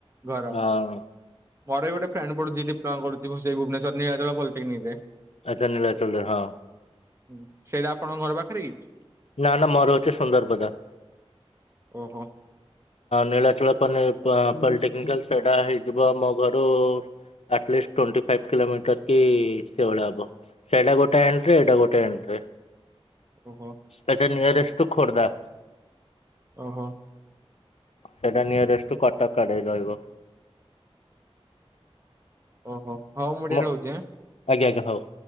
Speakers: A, on the right; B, on the left.
A: ଘର୍
B: ହଁ।
A: ପରେ ଗୋଟେ ଫ୍ରେଣ୍ଡ ପଢୁଛି ଡିପ୍ଲୋମା କରୁଛି ସେ ଭୁବନେଶ୍ୱର ନିଳ ପଲିଟେନିକ୍ ରେ।
B: ଆଚ୍ଛ ନୀଳାଚଳ ରେ ହଁ।
A: ହୁଁ ସେଇଟା ଆପଣଙ୍କ ଘର ପାଖରେ କି?
B: ନା ନା ମୋର ହୋଉଚି ସୁନ୍ଦର ପଦ।
A: ଓହୋ।
B: ନୀଳାଚଳ ପନେ ପଲ୍ଟିକାଲ୍ ଟି ହେଇଯିବ ମୋ ଘରୁ at least twenty five kilometre କି ସେଇଭଳିଆ ହବ। ସେଇଟା ଗୋଟେ ଏଣ୍ଟ୍ରି ଏଇଟା ଗୋଟେ ଏଣ୍ଟ୍ରି।
A: ଓହୋ।
B: ହେଟା ନିୟରେଷ୍ଟ ଟୁ ଖୋର୍ଦ୍ଧା।
A: ଓହୋ।
B: ସେଇଟା ନିୟରେଷ୍ଟ ଟୁ କଟକ ଆଡେ ରହିବ।
A: ଓହୋ ହୋଉ ମୁଁ ଟିକେ
B: ମୋ
A: ରହୁଚି ଆଁ।
B: ଆଜ୍ଞା ଆଜ୍ଞା ହୋଉ।